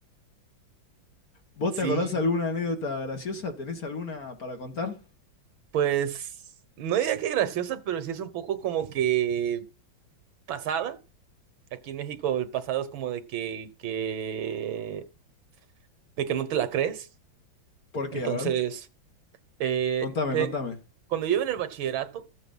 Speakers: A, on the left; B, on the right.
A: ¿Vos
B: Sí.
A: te acordás alguna anécdota graciosa? ¿Tenés alguna para contar?
B: Pues no diría que graciosa, pero sí es un poco como que pasada. Aquí en México el pasado es como de que, que, de que no te la crees.
A: ¿Por qué?
B: Entonces,
A: A ver,
B: eh,
A: contame,
B: te-
A: contame.
B: cuando yo iba en el bachillerato,